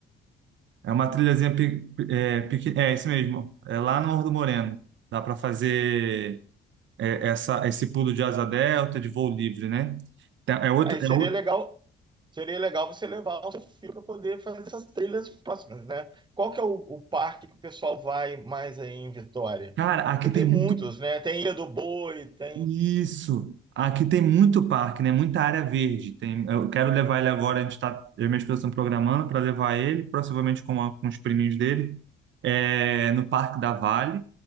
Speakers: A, on the right (about 70°); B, on the right (about 20°).
A: É uma trilhazinha pe- pe- é, pequ- é isso mesmo. É lá no Morro do Moreno. Dá para fazer é, essa, esse pulo de asa delta, de voo livre, né? Então, É outro,
B: Aí seria
A: é outro.
B: legal, seria legal você levar o seu filho para poder fazer essas trilhas próximas, né? Qual que é o, o parque que o pessoal vai mais aí em Vitória?
A: Cara, aqui
B: Porque
A: tem
B: tem
A: muito.
B: muitos, né? Tem Ilha do Boi, tem.
A: Isso. Aqui tem muito parque, né? Muita área verde. Tem, eu quero levar ele agora. A gente tá, eu e minha esposa estão programando para levar ele, provavelmente com, a- com os priminhos dele, é, no Parque da Vale.